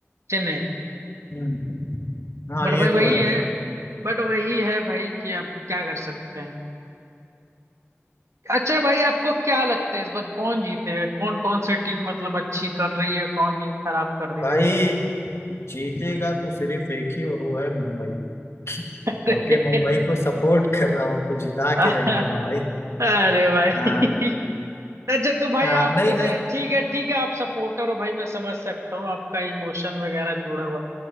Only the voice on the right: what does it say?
चेन्नई
बट
भाई वही
है बट वही है भाई कि अब क्या कर सकते हैं अच्छा भाई आपको क्या लगता है इस बार कौन जीतेगा कौन कौन सी टीम मतलब अच्छी कर रही है कौन नहीं खराब कर रही
है
<laughs>
अरे
अरे भाई
अच्छा तो भाई
आप
जैसे
ठीक है ठीक है आप सपोर्टर हो भाई मैं समझ सकता हूँ आपका इमोशन वगैरह जुड़ा हुआ